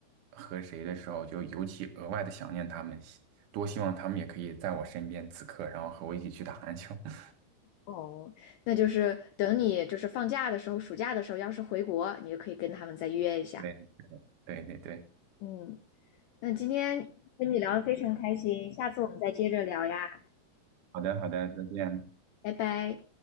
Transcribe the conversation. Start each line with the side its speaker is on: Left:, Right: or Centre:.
Right: 和谁的时候，就尤其额外的想念他们，希多希望他们也可以在我身边此刻，然后和我一起去打篮球。<laughs>
Left: 哦。那就是等你就是放假的时候，暑假的时候，要是回国，你就可以跟他们再约一下。
Right: 对对对对，
Left: 嗯，那今天跟你聊得非常开心，下次我们再接着聊呀。
Right: 好的好的，再见。
Left: 拜拜